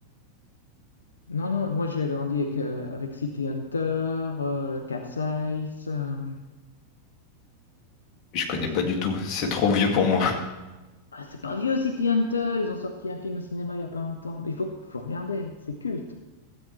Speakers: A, on the left (about 70°); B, on the left (about 35°).
A: Non, non, moi j'ai grandi avec, euh, avec City Hunter, euh, Cat's Eyes. euh,
B: Je connais
A: qu'est-ce-
B: pas du tout. C'est trop vieux pour moi.
A: Ah, c'est pas vieux City Hunter, ils ont sorti un film au cinéma il y a pas longtemps. Mais il faut, faut regarder, c'est culte.